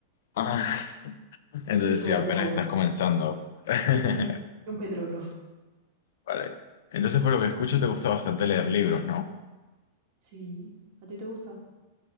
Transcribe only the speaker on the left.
Ah, <laughs> entonces
sí, apenas
estás comenzando.
<laughs>
Vale. Entonces, por lo que escucho, te gusta bastante leer libros, ¿no?